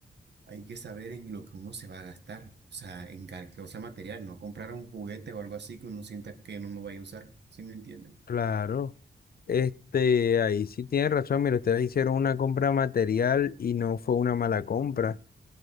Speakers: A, on the right (about 70°); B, on the left (about 55°).
A: hay que saber en lo que uno se va a gastar, o sea, en gar- o sea, material, no comprar un juguete o algo así que uno sienta que no lo vaya a usar, ¿sí me entienden?
B: Claro. Este, ahí sí tienes razón, mira, ustedes hicieron una compra material y no fue una mala compra.